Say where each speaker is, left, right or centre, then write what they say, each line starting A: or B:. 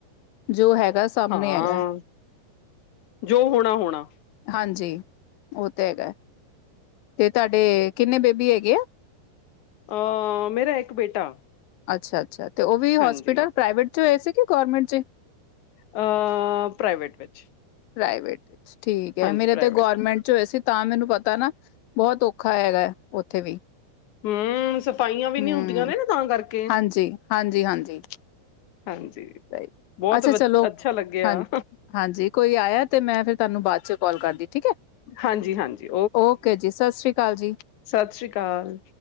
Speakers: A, on the left (about 80°); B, on the left (about 60°).
A: ਜੋ ਹੈਗਾ, ਸਾਮਣੇ
B: ਹਾਂ
A: ਹੈਗਾ।
B: ਜੋ ਹੋਣਾ-ਹੋਣਾ।
A: ਹਾਂਜੀ, ਉਹ ਤਾਂ ਹੈਗਾ। ਤੇ ਤੁਹਾਡੇ, ਕਿੰਨੇ ਬੇਬੀ ਹੈਗੇ ਆ?
B: ਅ ਮੇਰਾ, ਇੱਕ ਬੇਟਾ।
A: ਅੱਛਾ-ਅੱਛਾ ਤੇ ਉਹ ਵੀ ਹੋਸਪੀਟਲ
B: ਹਾਂਜੀ
A: ਪ੍ਰਾਈਵੇਟ ਚ, ਹੋਏ ਸੀ ਕਿ, ਗੌਰਮੈਂਟ ਚ'
B: ਅ, ਪ੍ਰਾਈਵੇਟ ਵਿੱਚ।
A: ਪ੍ਰਾਈਵੇਟ ਠੀਕ ਏ,
B: ਹਾਂਜੀ
A: ਮੇਰੇ
B: ਪ੍ਰਾਈਵੇਟ
A: ਤੇ ਗੌਰਮੈਂਟ ਚ ਹੋਏ ਸੀ। ਤਾਂ ਮੈਨੂੰ ਪਤਾ ਨਾ, ਬਹੁਤ ਔਖਾ ਹੈਗਾ ਉੱਥੇ ਵੀ
B: ਹਮ ਸਫਾਈਆਂ ਵੀ ਨੀ
A: ਹਮ
B: ਹੁੰਦੀਆਂ ਨੇ, ਨਾ ਤਾਂ ਕਰਕੇ
A: ਹਾਂਜੀ ਹਾਂਜੀ ਹਾਂਜੀ
B: ਹਾਂਜੀ,
A: ਸਹੀ
B: ਬਹੁਤ
A: ਅੱਛਾ
B: ਵ
A: ਚਲੋ
B: ਅੱਛਾ ਲੱਗਿਆ
A: ਹਾਂ ਹਾਂਜੀ, ਕੋਈ ਆਇਆ ਤੇ, ਮੈਂ ਫਿਰ ਤੁਹਾਨੂੰ ਬਾਅਦ ਚ' ਕੋਲ ਕਰਦੀ ਠੀਕ ਹੈ,
B: ਹਾਂਜੀ ਹਾਂਜੀ
A: ਓਕੇ ਜੀ, ਸਤਿ ਸ੍ਰੀ ਅਕਾਲ ਜੀ।
B: ਸਤਿ ਸ੍ਰੀ ਅਕਾਲ।